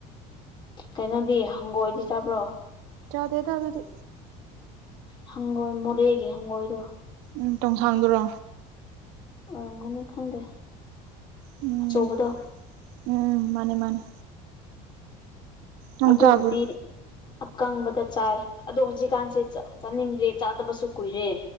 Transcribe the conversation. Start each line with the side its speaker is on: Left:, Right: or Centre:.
Left: ꯀꯩꯅꯣꯗꯤ ꯍꯪꯒꯣꯏꯗꯤ ꯆꯥꯕ꯭ꯔꯣ
Right: ꯆꯥꯗꯦꯗꯥ ꯑꯗꯨꯗꯤ
Left: ꯍꯥꯉꯣꯏ ꯃꯣꯔꯦꯒꯤ ꯍꯥꯉꯣꯏꯗꯣ
Right: ꯎꯝ ꯇꯣꯡꯁꯥꯡꯗꯨꯔꯣ
Left: ꯑꯣꯏꯔꯝꯒꯅꯤ ꯈꯪꯗꯦ
Right: ꯎꯝ
Left: ꯑꯆꯧꯕꯗꯣ
Right: ꯎꯝ ꯃꯥꯅꯦ ꯃꯥꯅꯦ ꯅꯪ
Left: ꯑꯗꯨꯕꯨꯗꯤ
Right: ꯆꯥꯕ꯭ꯔꯣ
Left: ꯑꯀꯪꯕꯗꯥ ꯆꯥꯏ ꯑꯗꯣ ꯍꯧꯖꯤꯛꯀꯥꯟꯁꯦ ꯆꯥꯅꯤꯡꯗ꯭ꯔꯦ ꯆꯥꯗꯕꯁꯨ ꯀꯨꯏꯔꯦ